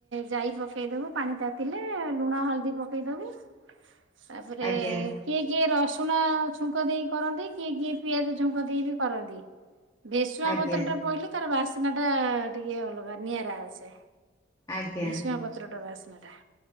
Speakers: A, on the right (about 80°); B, on the left (about 20°).
A: ଯାଇ ପକେଇଦୋବୁ ପାଣି ତାତିଲେ ଲୁଣ ହଳଦୀ ପକେଇଦୋବୁ। ତାପରେ
B: ଆଜ୍ଞା
A: କିଏ କିଏ ରସୁଣ ଛୁଙ୍କ ଦେଇ କରନ୍ତି କିଏ କିଏ ପିଆଜ ଛୁଙ୍କ ଦେଇ ବି କରନ୍ତି। ଭେରସୁଙ୍ଗା
B: ଆଜ୍ଞା
A: ପତ୍ର ଟା ପଇଲେ ତାର ବାସ୍ନା ଟା ଟିକେ ଅଲଗା ନିଆରା ଆସେ।
B: ଆଜ୍ଞା
A: ଭେରସୁଙ୍ଗା ପତ୍ର ଟାର ବାସ୍ନା ଟା।